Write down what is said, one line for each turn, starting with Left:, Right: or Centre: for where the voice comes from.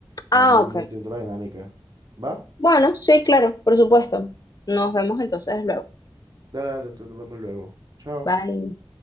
Right: No,
Left: ah,
Right: no,
Left: ok.
Right: no entiendo la dinámica. ¿Va?
Left: Bueno, sí, claro, por supuesto. Nos vemos entonces luego.
Right: Dale, dale, entonces nos vemos luego. Chao.
Left: Bye.